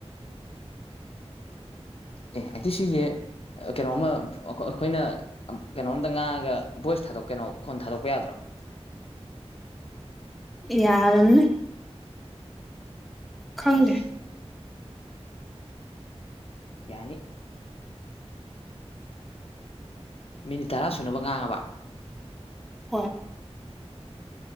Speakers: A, on the left (about 60°); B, in the centre.
A: ꯑꯦ ꯑꯗꯤꯁꯤꯒꯤ ꯀꯩꯅꯣꯝꯃ ꯑꯩꯈꯣꯏꯅ ꯀꯩꯅꯣꯝꯗ ꯉꯥꯡꯉꯒ ꯚꯣꯏꯁ ꯊꯥꯗꯣꯛ ꯀꯩꯅꯣ ꯈꯣꯟ ꯊꯥꯗꯣꯛꯄ ꯌꯥꯗ꯭ꯔꯣ
B: ꯌꯥꯔꯟꯅ ꯈꯪꯗꯦ
A: ꯍꯩꯁ ꯌꯥꯅꯤ ꯃꯤꯅꯤꯠ ꯇꯔꯥ ꯁꯨꯅꯕ ꯉꯥꯡꯉꯕ
B: ꯍꯣꯏ